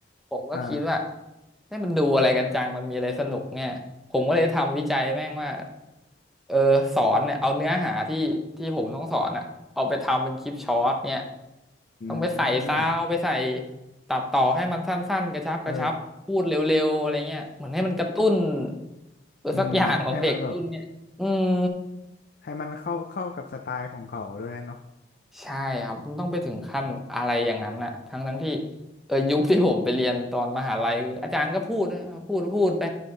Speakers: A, in the centre; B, on the left.
A: ผมก็คิดว่า
B: อ่า
A: เนี่ยมันดูอะไรกันจังมันมีอะไรสนุกเนี่ยผมก็เลยทำวิจัยแม่งว่าเออสอนเนี่ยเอาเนื้อหาที่ที่ผมต้องสอนอ่ะเอาไปทำเป็นคลิปช็อตเนี่ย
B: อื
A: ต้องไปใส่ซาวด์ไปใส่
B: ม
A: ตัดต่อให้มันสั้นๆกระชับกระชับพูดเร็วๆอะไรเงี้ยเหมือนให้มันกระตุ้น
B: เออ
A: ตัวสักอย่างของเด็กรุ่นเนี่ยอืม
B: อืมให้มันแบบให้มันเข้าเข้ากับสไตล์ของเขาด้วยเนาะ
A: ใช่ครับมันต้องไปถึงขั้นอะไรอย่างนั้นน่ะทั้งทั้งที่เออยุคที่ผมไปเรียนตอนมหาลัยคืออาจารย์ก็พูดนะพูดพูดไป
B: อืม